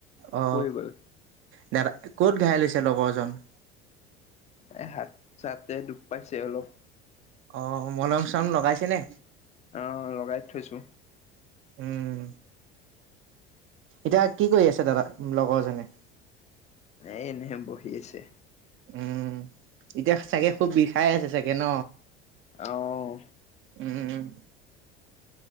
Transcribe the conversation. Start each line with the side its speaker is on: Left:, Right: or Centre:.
Right: অ
Left: পৰি গ'ল
Right: দাদা ক'ত ঘাইল হৈছে লগৰ জন <inaudible>
Left: এ হাত চাতে দুখ পাইছে অলপ,
Right: অ মলম চম লগাইছে নে,
Left: আহ লগাই থৈছো,
Right: উম এতিয়া কি কৰি আছে দাদা লগৰজনে
Left: এ এনেহে বহি আছে,
Right: উম এতিয়া চাগে খুব বিষাই আছে চাগে ন,
Left: আহ!
Right: উম!